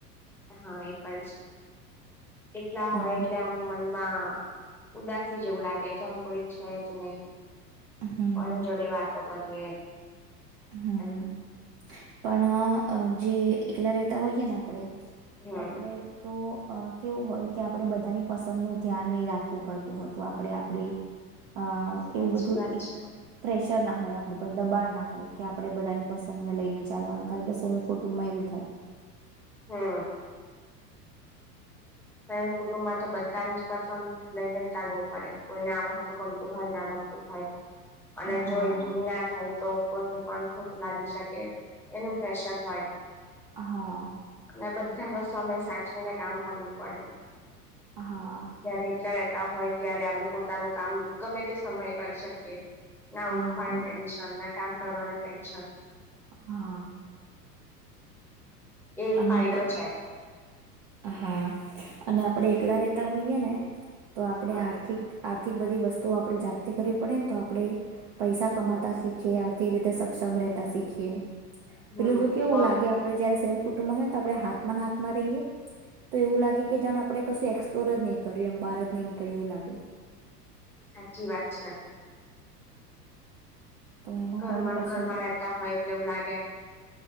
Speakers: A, in the centre; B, on the right.
A: હા એ પણ છે. એટલા હોય
B: અને
A: એટલે આમ મનમાં. ઉદાસી જેવું લાગેનું કોઈ છે, જ <unintelligible>
B: હમ
A: કોની જોડે વાતો. <unintelligible>
B: હમ
A: એમ
B: <unintelligible> જે એકલા રહેતા હોઈએ ને આપણે.
A: હમ
B: આપડે તો. અ કેવું હોય કે આપણે બધાની પસંદ નું ધ્યાન નહી રાખવું પડતું હતું આપણે આપડી. અ
A: સાચી
B: એવું બધું
A: વાત છે.
B: <inaudible> ના હોય આપડ <unintelligible> દબાણ ના હોય. કે આપણેે બધાની પસંદને લઈને ચાલવાનું કારણ કે <unintelligible> કુટુંબમાં એવું થાય.
A: હા. ત કુટુંબમાં તો બધાને જ પસંદ લઈને જ ચાલવું પડે કોઈને આવાજ તો ગમતું હોય ના ગમતું હોય અને
B: હા
A: જો એ પૂરી ના થાય તો કોઈને પણ ખોટ લાગી શકે એનું જૈશખભાઈ
B: હા
A: અને બધા બધા નો સમય સાચવીને કામ કરવું પડ
B: હા
A: જયારે એકલા રહેતા હોય ત્યારે આપડ પોતાનું કામ ગમે તે સમયે કરી શકીએ ના
B: હા
A: ઉઠવાની ટેન્શન ના કામ કરવાનું ટેન્શન <inaudible>
B: હા
A: એક
B: અને
A: ફાયદો
B: આપણ
A: છે
B: હા અને આપડે એકલા રેતા હોઈએ ને તો આપણે
A: હમ
B: આર્થિક આર્થિક બધી વસ્તુઓ આપણે જાતે કરવી પડે ને તો આપણે પૈસા કમાતા
A: હમ
B: શીખે આ રીતે સક્ષમ રતા શીખીએ
A: હમ
B: પેલ તો કેવું
A: પગ
B: લાગે આપડે જયારે સયકુ મહેંત આપણે હાથમાં હાથમાં રહીયએ તો એવું લાગે કે જાણ આપડે કશું એક્સપ્લોર જ નહીં કર્યું એમ બહાર જ નહી નીકળે એવું લાગે
A: સાચી વાત છે
B: તો એના
A: ઘરમાં
B: કારણે પછી
A: ઘરમાં રતા હોય એટલે એવું લાગે